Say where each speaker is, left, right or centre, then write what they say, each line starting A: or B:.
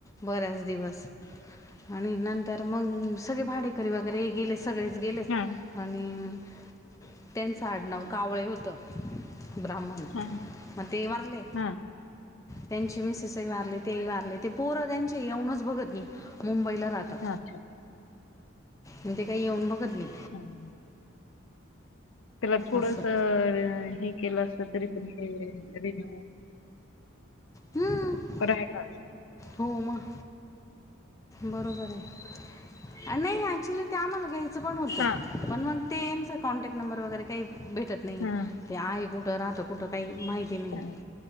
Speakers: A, on the left (about 15°); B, on the left (about 75°).
A: बऱ्याच दिवस,, आणि नंतर मग सगळे भाडेकरी वगैरे हे गेले सगळेच गेले,,
B: हा
A: आणि त्यांचं आडनाव कावळे होतं. ब्राह्मण,
B: हा
A: मग ते वारले
B: हा
A: त्यांची मिसेसही वारली तेही वारले,, ते पोरं त्यांचे येऊनच बघत नाही मुंबईला राहतात,,
B: हा अच्छा
A: म ते काही येऊन बघत नाही.
B: हम्म. त्याला थोडसं
A: असं
B: हे केलं असतं तरी पण ते रीपे
A: हम्म.
B: बरं आहे का
A: हो मग. बरोबर आहे, अ नाही ऍक्च्युली ते आम्हाला घ्यायचं पण होतं.
B: हा
A: पण मग तेंच कॉन्टॅक्ट नंबर वगैरे काही भेटत नाही,
B: हा
A: ते आहे कुठं राहतं कुठं काही माहिती नाही,
B: हा.